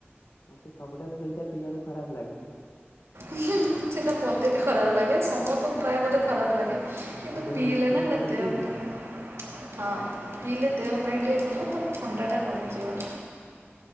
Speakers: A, on the left (about 80°); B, on the right (about 80°).
A: ମତେ ସବୁଠାରୁ ସେଇଟା ପିଇବାକୁ ଖରାପଲାଗେ।
B: ଉୁଁହୁଁ ସେଇଟା ମତେବି ଖରାପଲାଗେ ସମସ୍ତଙ୍କୁ ପ୍ରାୟ ବୋଧେ ଖରାପ ଲାଗେ। କିନ୍ତୁ
A: ତା ଦେହରେ
B: ପିଇଲେନା
A: ମିଶ୍ରି
B: ମୋ
A: ପଡିକି
B: ଦେହପାଇଁ
A: ହୁଏ
B: ହଁ ପିଇଲେ ଦେହ ପାଇଁ ଟିକିଏ ଭଲ ତାମାନେ ଥଣ୍ଡାଟା କମିଯିବ।